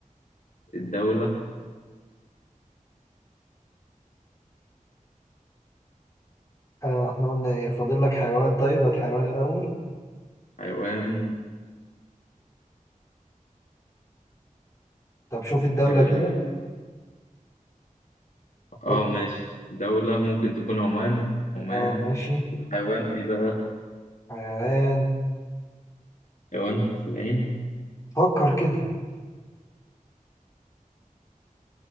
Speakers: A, on the left; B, on the left.
A: الدولة
B: آه احنا قلنا ايه فاضل لك حيوان طيب هات حيوان الاول
A: حيوان
B: طب شوف الدولة
A: اه
B: كده فكر
A: آه، ماشي دولة ممكن تكون عمان عمان
B: اه ماشي
A: والحيوان ايه بقى
B: حيوان
A: حيوان بحرف العين
B: فكر كده